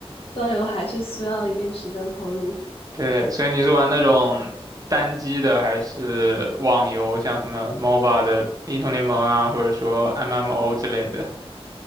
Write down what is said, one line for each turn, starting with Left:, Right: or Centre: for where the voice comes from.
Left: 端游还是需要一定时间投入。
Right: 对，所以你是玩那种单机的，还是网游，像什么 MOBA 的英雄联盟啊，或者说 MMO 之类的？